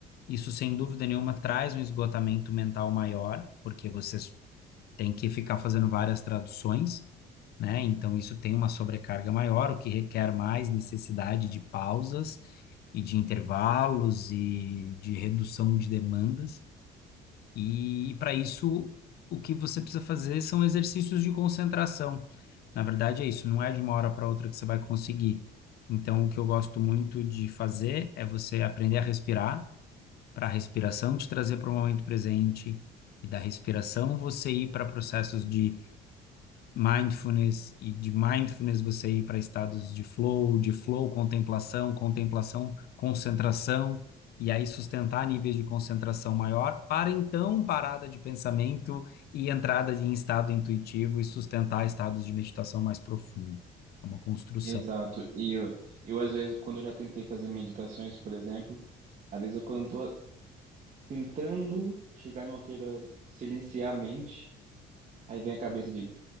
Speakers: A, on the left; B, on the right.
A: isso, sem dúvida nenhuma, traz um esgotamento mental maior, porque vocês têm que ficar fazendo várias traduções, né? Então, isso tem uma sobrecarga maior, o que requer mais necessidade de pausas e de intervalos e de redução de demandas. E, para isso, o que você precisa fazer são exercícios de concentração. Na verdade, é isso, não é de uma hora para outra que você vai conseguir. Então, o que eu gosto muito de fazer é você aprender a respirar para a respiração te trazer para o momento presente, e da respiração você ir para processos de mindfulness, e de mindfulness você ir para estados de flow, de flow, contemplação, contemplação, concentração, e aí sustentar níveis de concentração maior, para então parada de pensamento e entrada em estado intuitivo e sustentar estados de meditação mais profundo. É uma construção.
B: Exato. E eu, eu, às vezes, quando eu já tentei fazer meditações, por exemplo, às vezes, eu, quando eu tô tentando chegar no que era silenciar a mente, aí vem a cabeça e digo,